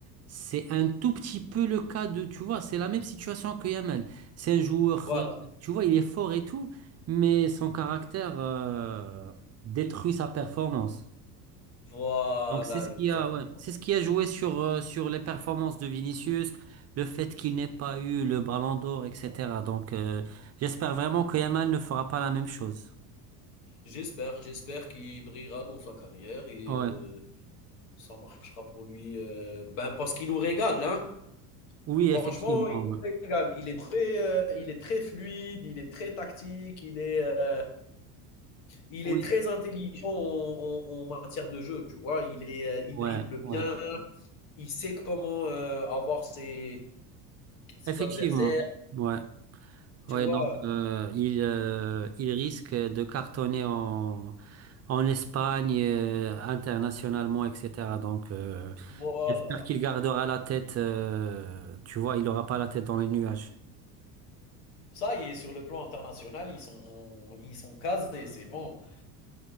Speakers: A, on the right (about 35°); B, on the left (about 65°).
A: c'est un tout petit peu le cas de... Tu vois, c'est la même situation que Yamal. C'est un joueur,
B: Voilà,
A: euh, tu vois, il est fort et tout, mais son caractère, euh, détruit sa performance.
B: voilà,
A: Donc c'est ce
B: exactement.
A: qui a, ouais, c'est ce qui a joué sur, euh, sur les performances de Vinicius, le fait qu'il n'ait pas eu le Ballon d'Or, etc. Donc euh, j'espère vraiment que Yamal ne fera pas la même chose.
B: J'espère, j'espère qu'il brillera dans sa carrière et
A: Ouais.
B: euh, ça marchera pour lui. euh, ben parce qu'il nous régale, hein.
A: Oui,
B: Franchement,
A: effectivement.
B: il nous
A: ouais.
B: régale. Il est très, euh, il est très fluide, il est très tactique, il est, euh, il
A: Oui,
B: est très intelligent en, en- en matière de jeu. Tu vois, il est, euh, il
A: ouais,
B: dribble
A: ouais.
B: bien, il sait comment euh, avoir ses, ses
A: Effectivement.
B: adversaires.
A: Ouais.
B: Tu
A: Ouais,
B: vois,
A: donc euh, il, euh, il risque de cartonner en, en Espagne, euh, internationalement, etc. Donc euh,
B: voilà.
A: j'espère qu'il gardera la tête, euh, tu vois, il n'aura pas la tête dans les nuages.
B: Ça, il est sur le plan international, ils sont, ils sont casés, c'est bon.